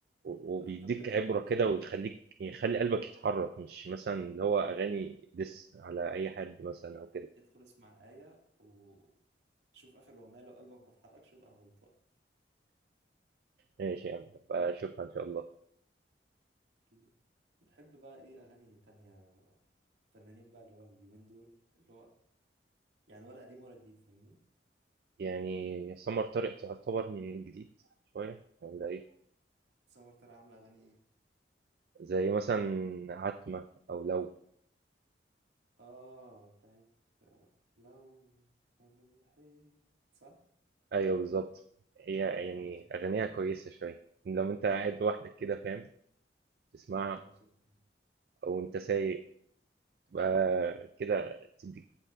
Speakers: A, on the right; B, on the right.
A: و
B: لا
A: وبيدّيك
B: انت بجد
A: عبرة
B: لو بتحب
A: كده
B: دي
A: ويخلّيك يعني يخلّي قلبك يتحرّك، مش مثلًا اللي هو أغاني diss على أي حد مثلًا أو كده.
B: ادخل اسمع آية وشوف اخر اغنية لو قلبك ما اتحركش يبقى انا غلطان
A: ماشي يا عم، هابقى أشوفها إن شاء الله.
B: اكيد بتحب بقى ايه اغاني تانية فنانين بقى اللي هو اليومين دول اللي هو يعني ولا قديم ولا جديد فاهمني
A: يعني سمر طارق تعتبر من الجديد شوية والّا إيه؟
B: سمر ترى عاملة اغاني ايه
A: زي مثلًا عتمة أو لو
B: اه بتاعت آه، لو كان الحيط صح
A: أيوه بالضبط. هي
B: اه
A: يعني
B: صوتها
A: أغانيها
B: جميل
A: كويسة
B: قوي
A: شوية، لو أنت قاعد لوحدك كده فاهم؟ تسمعها
B: اه صوتها جميل.
A: او انت سايق بقى كده تديك